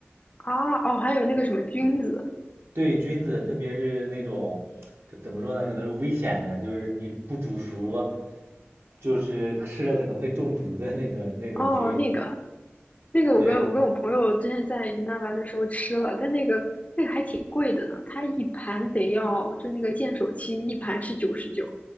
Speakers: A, on the left; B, on the right.
A: 啊，哦，还有那个什么菌子，
B: 对菌子，特别是那种怎么说呢，可能是危险的，就是你不煮熟，就是吃了可能会中毒的那种那种菌。
A: 哦，那个那个，
B: 对
A: 我跟我跟我朋友之前在云南玩的时候吃了，但那个那个还挺贵的呢，它一盘得要，就那个见手青一盘是九十九，